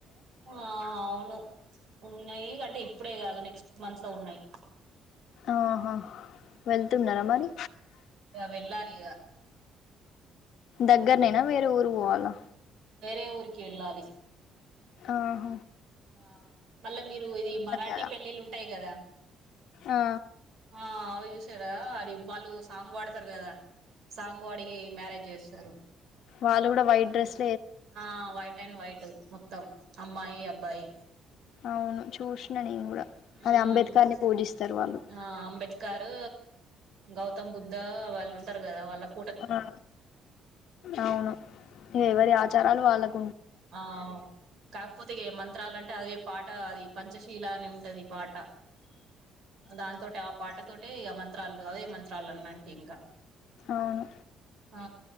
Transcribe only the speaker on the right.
ఆ అవును. ఉన్నాయి అంటే, ఇప్పుడే కాదు? నెక్స్ట్ మంత్ లో ఉన్నాయి.
హ్మ్మ్,
వెళ్లాలి ఇగ.
వేరే, ఊరికి వెళ్లాలి?
ఆ మల్ల, మీరు ఇది మరాఠీ
పెళ్లిలు ఉంటాయి కదా?
ఆ. రా అది. వాళ్లు సాంగ్ పాడుతారు గదా? సాంగ్ పాడి మ్యారేజ్ జేస్తరు.
ఆ వైట్! And white! మొత్తం అమ్మాయి, అబ్బాయి.
ఉమ్
ఆ అంబేద్కర్, గౌతమ్ బుద్ధ వల్ల. ఉంటారు కదా? వాళ్లక్.
ఆ, కాకపోతే గే మంత్రాలు అం. అదే పాట. అది పంచశీల అన్నీ ఉంటది పాట. దాంతోటే ఆ పాటతోటే ఇగ, మంత్రాలు, అదే మంత్రాలు అన్న్ అంటి ఇంకా.
ఆ